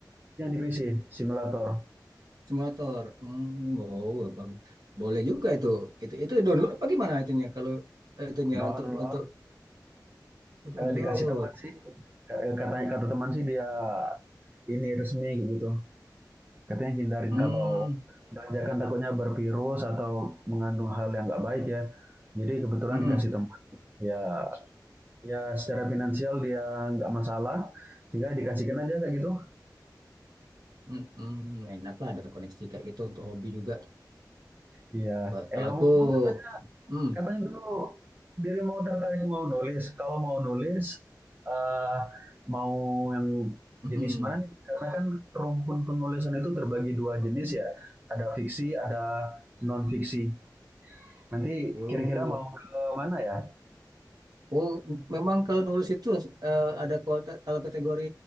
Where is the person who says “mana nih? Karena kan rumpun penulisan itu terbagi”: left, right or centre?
Right